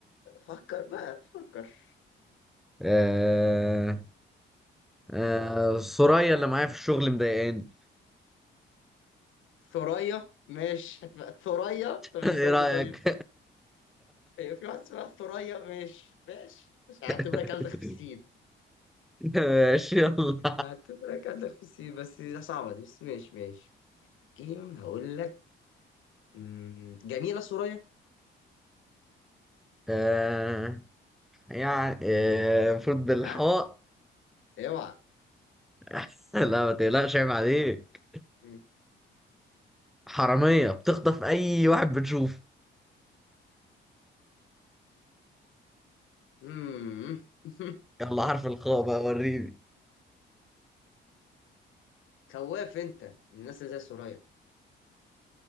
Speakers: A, on the left; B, in the centre.
A: فكر بقى فكر
B: آه آه سوريا اللي معايا في الشغل مضايقاني
A: ثريا ماشي هتبقى ثريا طب ازاي
B: <laughs> ايه رأيك؟
A: دي طيب هي في واحد اسمها ثريا ماشي ماشي مش هعتبرك
B: <laughs>
A: ألدغ في السين
B: ماشي يلا
A: هعتبرك ألدغ في السين بس دي صعبة دي بس ماشي ماشي جيم هقول لك مم، جميلة ثريا
B: آه يعني آه، المفروض بالحاء
A: لا اوعى
B: <laughs> لا ما تقلقش عيب عليك
A: مم.
B: حرامية بتخطف أي واحد بتشوفه
A: مم. <laughs>
B: يلا حرف الخاء بقى وريني
A: خواف انت من الناس اللي زي سوريا